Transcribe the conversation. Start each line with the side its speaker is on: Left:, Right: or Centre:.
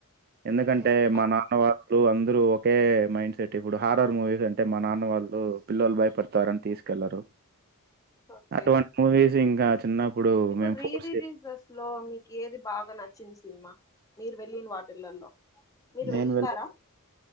Right: ఎందుకంటే
Left: ఓకే
Right: మా నాన్న వారు ఇప్పుడు అందరూ ఒకే మైండ్ సెట్. ఇప్పుడు హారర్ మూవీస్ అంటే మా నాన్న వాళ్ళు పిల్లలు భయపడతారని, తీసుకు లరు
Left: ఓకే
Right: అటువంటి మూవీస్ ఇంకా చిన్నప్పుడు
Left: ఇప్పుడు
Right: మే ఫోర్స్
Left: రీ రిలీజెస్ లో మీకు ఏది బాగా నచ్చింది సినిమా. మీరు వెళ్ళిన వాటిలలో. మీరు
Right: నేను
Left: వెళ్తారా?
Right: వెళ్ళి